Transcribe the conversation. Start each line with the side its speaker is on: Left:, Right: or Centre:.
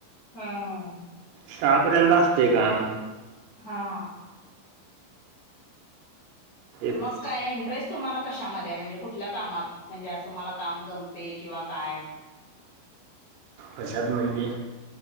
Left: हा -हा
Right: सहापर्यंत असतय काम-
Left: हा -हा
Right: तेच
Left: मग काय इंटरेस्ट तुम्हाला कशामध्ये म्हणजे कुठल्या कामात म्हणजे असं मला- काम जमते किंवा काय-
Right: कशात म्हणजे